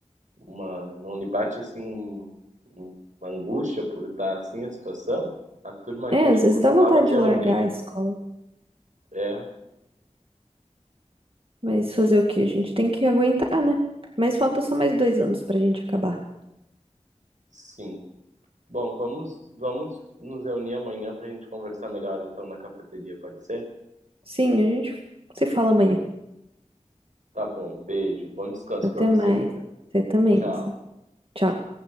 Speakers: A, on the right; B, on the right.
A: uma, não lhe bate assim um- um- uma angústia por estar assim a situação? A turma a
B: É,
A: gente
B: às vezes
A: costumava
B: dá vontade
A: se
B: de
A: reunir,
B: largar a escola.
A: é,
B: Mas fazer o quê? A gente tem que aguentar, né? Mas falta só mais dois anos pra gente acabar.
A: sim. Bom, vamos vamos nos reunir amanhã para a gente conversar melhor então na cafeteria, pode ser?
B: Sim, a gente se fala amanhã.
A: Tá bom, beijo, bom descanso
B: Até
A: para você
B: mais.
A: também.
B: Você também,
A: Tchau.
B: Marcelo. Tchau.